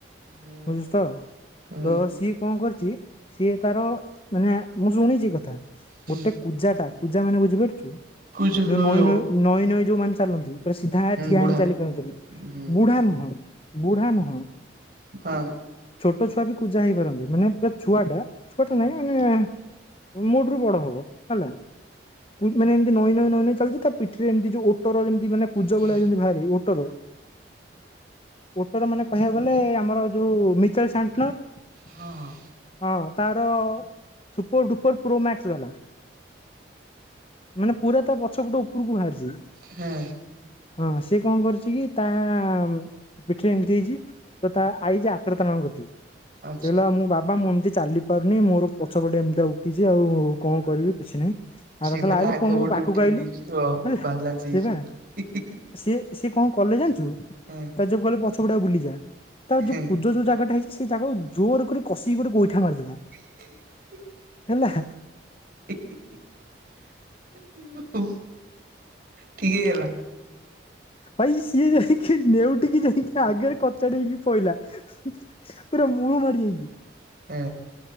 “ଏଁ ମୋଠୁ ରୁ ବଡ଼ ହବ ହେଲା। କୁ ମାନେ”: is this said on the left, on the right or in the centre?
Left